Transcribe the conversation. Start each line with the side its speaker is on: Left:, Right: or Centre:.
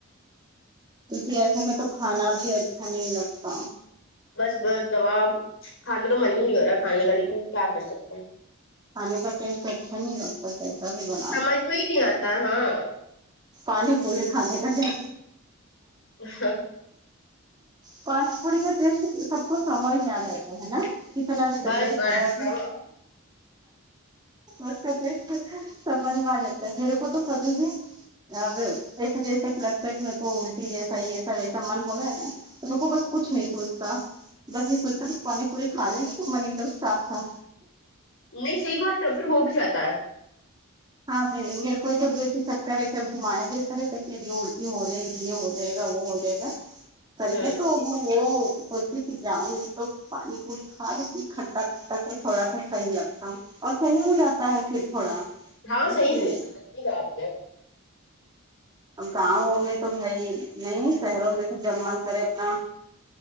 Right: کیونکہ ایسے میں تو کھانا بھی اچھا نہیں لگتا
Left: بس بس دوا کھانے تو من ہی نہیں ہو رہا کھانے کا لیکن کیا کر سکتے ہیں
Right: کھانے کا ٹیسٹ اچھا نہیں لگتا کیسا بھی بن
Left: سمجھ میں ہی نہیں آتا ہاں
Right: پانی پوری کھانے کا جا
Left: <unintelligible>
Right: پانی پوڑی کا ٹیسٹ سب کو سمجھ میں آ جاتا ہے نا کتنا کی طبیعت
Left: بس بس
Right: خراب ہے
Left: ہاں
Right: اسکا ٹیسٹ سمجھ میں آجاتا ہے میرے کو تو کبھی بھی اب ایسا جیسا کہ لگتا ہے کہ میرے کو الٹی جیسا ہی ایسا وسا من ہو رہا ہے نا ان کو بس کچھ نہیں سوچتا بس یہ سوچتا پانی پورے کھا لیں گے تو من ایک دم صاف تھا
Left: نہیں صحیح بات ہے پھر ہو بھی جاتا ہے
Right: ہاں میں میرے کو جب ویسے چکر ہے گھمایا دتا رہے تو کہب الٹی ہو جائے گ یہ ہو جائے جائے گا وہ ہو جائے گا کر کیا
Left: ہ
Right: تو وہ کتے سے جاؤں گی تو پانی پوری کھا لیتی کھٹا ل تو تھوڑا سا صحیح لگتا اور صحیح ہو جاتا ہے پھر تھوڑا
Left: ہاں
Right: اس
Left: صحیح
Right: کے
Left: بھی
Right: لیے
Left: ہو جاتا ہے سحی بات ہے
Right: اب گاؤوں میں تو بھائی نہیں شہروں میں تو جب من کرے اپنا